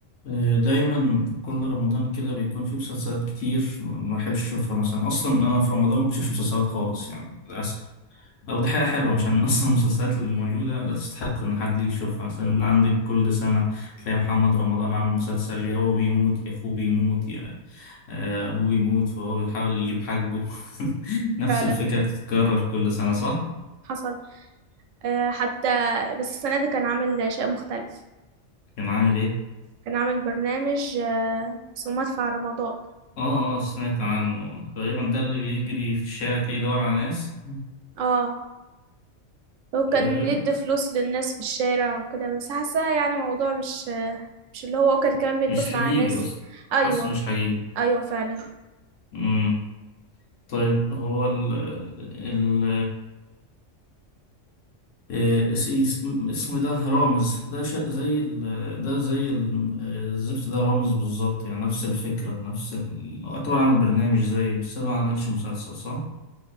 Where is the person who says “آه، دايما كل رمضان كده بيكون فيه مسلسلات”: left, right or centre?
Left